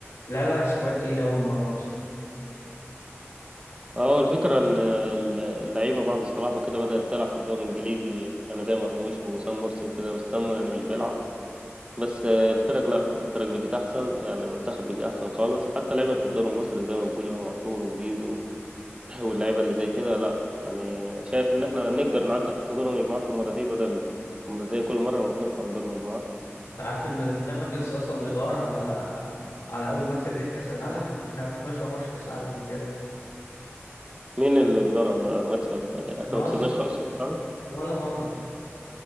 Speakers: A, on the left; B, on the right.
A: لا لا سكواد تقيل قوي المره دي
B: هو الفكرة ان ال- اللعيبة بعد صلاح وكده بدأت تلعب في الدوري الانجليزي يعني زي مرموش وسام مرسي وكده بس سام يعني مش بيلعب بس آه، الفرق لا الفرق بقت احسن يعني المنتخب بقى احسن خالص حتى لعيبه في الدوري المصري زي ما بقول امام عاشور وزيزو <clears throat> <laughs> واللعيبه اللي زي كده لا يعني شايف ان احنا نقدر نعدي حتى دور المجموعات في المره دي بدل ما زي كل مره ما بنطلع من دور المجموعات
A: انت عارف ان المنتخب لسه اصلا بيدور على على اول مكسب ليه في كاس العالم احنا ما كسبناش ولا ماتش في كاس العالم قبل كده
B: مين اللي بيدور على المكسب <clears throat> آه،
A: مصر
B: احنا ما كسبناش خالص في كأس العالم
A: ولا مره